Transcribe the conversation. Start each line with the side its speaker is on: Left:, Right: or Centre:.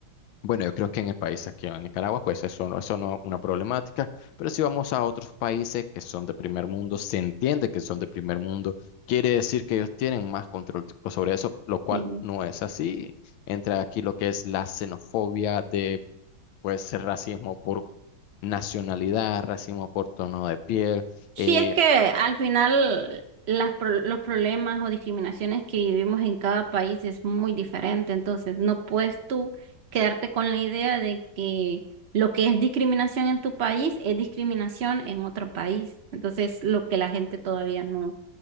Left: bueno, yo creo que en el país aquí en Nicaragua, pues eso no, eso no es una problemática, pero si vamos a otros países que son de primer mundo, se entiende que son de primer mundo, quiere decir que ellos tienen más control co- sobre eso, lo cual
Right: Sí.
Left: no es así. Entra aquí lo que es la xenofobia de, pues, racismo por nacionalidad, racismo por tono de piel.
Right: Sí,
Left: eh,
Right: es que al final las pro- los problemas o discriminaciones que vivimos en cada país es muy diferente, entonces no puedes tú quedarte con la idea de que lo que es discriminación en tu país es discriminación en otro país. Entonces, lo que la gente todavía no,